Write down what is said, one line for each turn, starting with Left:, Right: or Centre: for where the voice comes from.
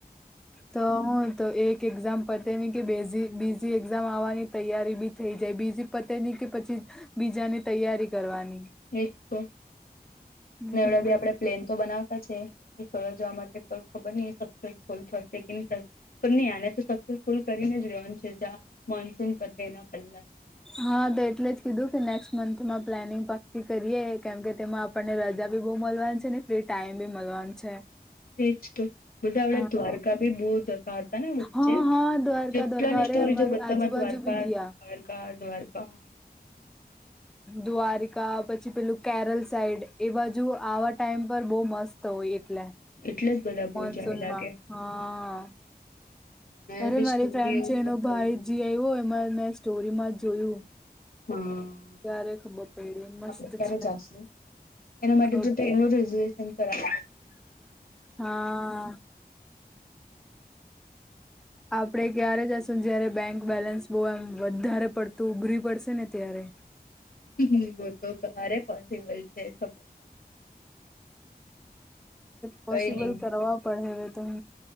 Centre: તો. હ તો એક એક્ઝામ પતેની કે બીજી બીજી એક્ઝામ આવવાની તૈયારી બી થઈ જાય બીજી. પતેની કે પછી બીજાની તૈયારી કરવાની.
Left: એજ તો
Centre: હમ
Left: નવરા બી આપડે. પ્લેન તો બનાવતા છે ફરવા જવા માટે પણ ખબર નહી સક્સેસફુલ થશે કે નહી થશે. પણ નહી આને તો સક્સેસફુલ કરીને જ રેવાનું છે જ્યાં મોન્સૂન પતે એના પહેલા સુધીમાં.
Centre: હા તો એટલે જ કીધું કે નેક્સ્ટ મંથમાં પ્લાનિંગ પાક્કી કરીએ કેમ કે તેમાં આપણને રજા. રજા બી બહુ મળવાની છે ને ફ્રી ટાઈમ બી મળવાનું છે.
Left: એજ તો બધા આપડે
Centre: હા
Left: દ્વારકા ભી બહુ જ હતા હતા. તા ને વચ્ચે
Centre: હા હા દ્વારકા
Left: જેટલાની
Centre: દ્વારકા
Left: સ્ટોરી
Centre: અરે અમારી
Left: જો બધામાં
Centre: આજુબાજુ
Left: દ્વારકા
Centre: બી ગયા
Left: દ્વારકા દ્વારકા. હા. <unintelligible> <inaudible>
Centre: દ્વા્વારિકા પછી પેલું કેરલ સાઈડ એ બાજુ આવા ટાઈઇમ પર બહુ મસ્ત. તોય એટલે.
Left: એટલે જ બધા. બહુ
Centre: મોનસૂનમાં
Left: જાય લાગે
Centre: હા.
Left: મેં
Centre: અરે
Left: બી
Centre: મારી
Left: સ્ટોરી
Centre: ફ્રેન્ડ
Left: એવુંમાં
Centre: છે એનો ભાઈ
Left: જોયેલું
Centre: જી આવ્યો એમાં મેં સ્ટોરીમાં જોયું.
Left: હા
Centre: ત્યારે ખબર પેડયુ મસ્ત
Left: આપડે ક્યારે
Centre: છે.
Left: જાશું એના માટે
Centre: ખબ-
Left: તો ટ્રેનું રિઝર્વેશન કરાવ
Centre: હા. આપડે ક્યારે જશું જયારે બેંક બેલેન્સ બહુ એમ વધારે પડતું ઉભરી પડશે ને ત્યારે
Left: ઇ તો ક્યારે પોસિબલ છે. નહી
Centre: પોસિબલ
Left: કઈ નહી
Centre: કરવા પડે હવે તો હ.